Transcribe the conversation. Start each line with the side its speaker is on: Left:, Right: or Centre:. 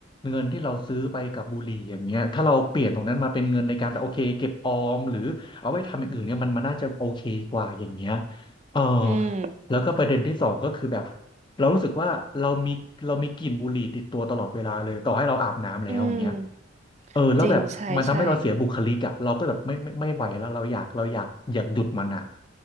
Left: เงินที่เราซื้อไปกับบุหรี่อย่างเงี้ยถ้าเราเปลี่ยนตรงนั้นมาเป็นเงินในการแบบโอเคเก็บออมหรือเอาไว้ทำอย่างอื่นเนี่ยมันมันน่าจะโอเคกว่าอย่างเงี้ยเออ
Right: อืม
Left: แล้วก็ประเด็นที่สองก็คือแบบเรารู้สึกว่าเรามีเรามีกลิ่นบุหรี่ติดตัวตลอดเวลาเลยต่อให้เราอาบน้ำแล้วอย่างเงี้ย
Right: อืม
Left: เออแล้วแบบมันทำให้เราเสียบุคลิกอ่ะเราก็แบบไม่ไม่ไม่ไหวแล้วเราอยากเราอยากอยากหยุดมันอ่ะ
Right: จริงใช่ใช่